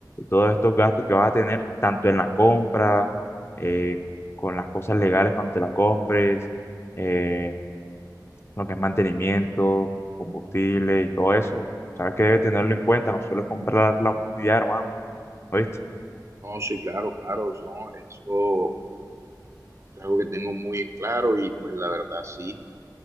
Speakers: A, on the left; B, on the right.
A: todos estos gastos que vas a tener, tanto en la compra, eh, con las cosas legales cuando te la compres, eh, lo que es mantenimiento, combustible y todo eso. Sabes que debes tenerlo en cuenta, no solo es comprar la moto y ya, hermano. ¿Oíste?
B: No, sí, claro, claro, no, esto es algo que tengo muy en claro y pues la verdad sí,